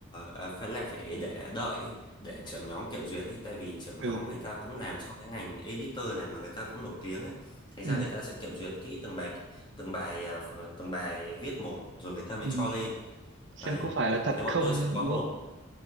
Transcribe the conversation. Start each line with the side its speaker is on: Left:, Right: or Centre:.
Left: à, phải lại phải để đợi ấy, để trưởng nhóm kiểm duyệt ấy tại vì trưởng
Right: Ừ.
Left: nhóm người ta cũng làm trong cái ngành editor này mà người ta cũng nổi tiếng ấy thành
Right: Ừ.
Left: ra người ta sẽ kiểm duyệt kỹ từng bài từng bài à, ph- từng bài viết một rồi người ta mới
Right: ừ.
Left: cho lên
Right: Xem
Left: đấy
Right: có phải là thật
Left: thì bọn
Right: không
Left: tôi sẽ có
Right: đúng
Left: một
Right: không?